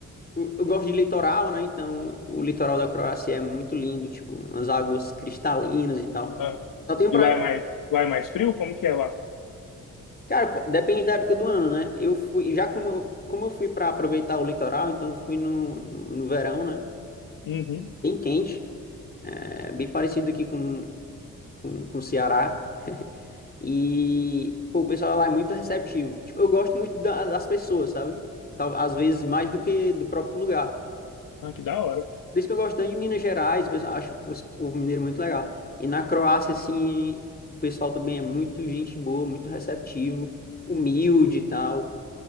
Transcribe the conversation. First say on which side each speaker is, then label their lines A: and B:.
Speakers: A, on the left (about 30°); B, on the left (about 75°).
A: eu eu gosto de litoral, né? Então, o litoral da Croácia é muito lindo, tipo, umas águas cristalinas e tal.
B: Ah.
A: Só tem um problema
B: E lá é mais, lá é mais frio? Como que é lá?
A: Cara, pô, depende da época do ano, né? Eu fui, já como, eu- como eu fui para aproveitar o litoral, então eu fui no, no, no verão, né?
B: Uhum.
A: Bem quente, é, bem parecido aqui com, com, com o Ceará. E, pô, o pessoal lá é muito receptivo. Tipo, eu gosto muito da- das pessoas, sabe? Tal, às vezes mais do que do próprio lugar.
B: Ah, que da hora.
A: Por isso que eu gosto tanto de Minas Gerais, o pessoal acho o povo mineiro muito legal. E na Croácia, assim, o pessoal também é muito gente boa, muito receptivo, humilde e tal.